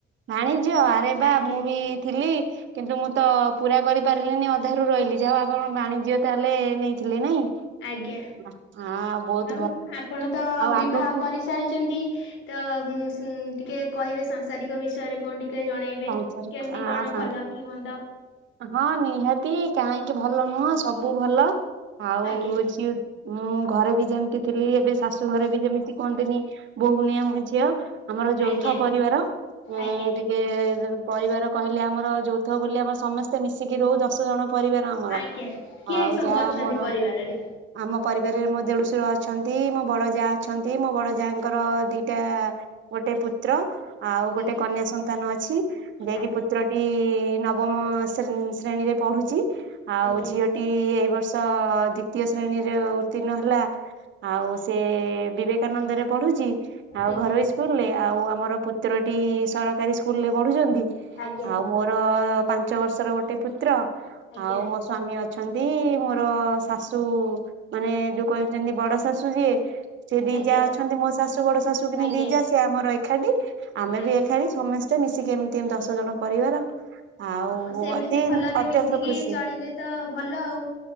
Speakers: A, on the right (about 70°); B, on the left (about 70°).
A: ବାଣିଜ୍ୟ ଆରେ ବା
B: ଆଜ୍ଞା
A: ମୁଁ ବି ଥିଲି କିନ୍ତୁ ମୁଁ ତ ପୁରା କରିପାରିଲିନି ଅଧାରୁ ରହିଲି ଯାହା ଆପଣ ବାଣିଜ୍ୟ ତାହେଲେ ନେଇଥିଲେ ନାଇଁ
B: ଆଜ୍ଞା।
A: ହଁ ବହୁତ
B: ଆଉ ଆପଣ ତ
A: ଆଉ
B: ବିବାହ
A: ଆଗକୁ
B: କରି ସାରିଛନ୍ତି ତ ଟିକେ କହିବେ ସାଂସାରିକ ବିଷୟରେ କଣ ଟିକେ ଜଣେଇ ଵେ
A: ପାଞ୍ଚ
B: କେମତି କଣ ଭଲ କି ମନ୍ଦ?
A: ହଁ ନିହାତି କାହିଁକି ଭଲ ନୁହଁ ସବୁ ଭଲ ଆଉ
B: ଆଜ୍ଞା
A: ଝିଅ ମୁଁ ଘରେ ବି ଯେମିତି ଥିଲି ଏବେ ଶାଶୁ ଘରେ ବି ଯେମିତି କୁହନ୍ତିନି ବୋଉ ନୁହେଁ ମୁଁ ଝିଅ। ଆମର ଯୌଥ
B: ଆଜ୍ଞା
A: ପରିବାର ଉଁ
B: ଆଜ୍ଞା
A: ଟିକେ ପରିବାର କହିଲେ ଆମର ଯୌଥ ବୋଲି ଆମର ସମସ୍ତେ ମିଶିକି ରହୁ ଦଶ ଜଣ ପରିବାର। ଆମର
B: ଆଜ୍ଞା। କିଏ
A: ଆଉ
B: ସବୁ
A: ଯାହା
B: ଅଛନ୍ତି
A: ମୋର।
B: ପରିବାରରେ?
A: ଆମ ପରିବାରରେ ମୋ ଦେଢୁଶର ଅଛନ୍ତି ମୋ ବଡ ଜା ଅଛନ୍ତି ମୋ ବଡ ଜା ଙ୍କର ଦିଟା ଗୋଟେ ପୁତ୍ର ଆଉ ଗୋଟେ
B: ଆଜ୍ଞା
A: କନ୍ୟା ସନ୍ତାନ ଅଛି ଯାଇକି
B: ଆଜ୍ଞା
A: ପୁତ୍ର ଟି ନବମ ଶ୍ରେଣୀରେ ପଢୁଛି ଆଉ
B: ଆଜ୍ଞା
A: ଝିଅ ଟି ଏଇ ବର୍ଷ ଦ୍ଵିତୀୟ ଶ୍ରେଣୀରେ ଉତୀର୍ଣ୍ଣ ହେଲା। ଆଉ ସେ ବିବେକାନନ୍ଦରେ ପଢୁଛି। ଆଉ
B: ଆଜ୍ଞା
A: ଘରୋଇ ସ୍କୁଲ ରେ ଆଉ ଆମର ପୁତ୍ରଟି ସରକାରୀ ସ୍କୁଲରେ ପଢୁଛନ୍ତି।
B: ଆଜ୍ଞା
A: ଆଉ ମୋ ର ପାଞ୍ଚ ବର୍ଷର ଗୋଟେ ପୁତ୍ର
B: ଆଜ୍ଞା
A: ଆଉ ମୋ ସ୍ଵାମୀ ଅଛନ୍ତି ମୋର ଶାଶୁ ମାନେ ଯୋଉ କହୁଛନ୍ତି ବଡ ଶାଶୁ ଯିଏ ସେ ଦି
B: ଆଜ୍ଞା
A: ଯା ଅଛନ୍ତି ମୋ ଶାଶୁ ବଡ ଶାଶୁ କି
B: ଆଜ୍ଞା
A: ଦି ଯା ସେ ଆମର ଏକାଠି ଆମେ
B: ଆଜ୍ଞା।
A: ବି ଏକାଠି ସମସ୍ତେ ମିଶିକି ଏମିତି ଏମତି ଦଶ ଜଣ ପରିବାର। ଆଉ
B: ହଁ ସେମିତି
A: ଅତି
B: ଭଲରେ
A: ଅତ୍ୟନ୍ତ
B: ମିଶିକି
A: ଖୁସି
B: ଚଳିଲେ ତ ଭଲ ଆଉ।